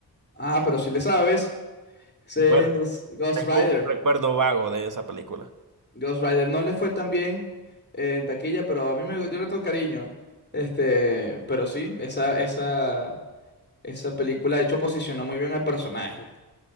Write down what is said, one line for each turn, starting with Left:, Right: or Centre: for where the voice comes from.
Left: Ah, pero si le sabes, ese
Right: Bueno,
Left: es Ghost
Right: tengo
Left: Rider.
Right: un recuerdo vago de esa película.
Left: Ghost Rider no le fue tan bien eh, en taquilla, pero a mí me, yo le tengo cariño. Este, pero sí, esa, esa, esa película de hecho posicionó muy bien al personaje.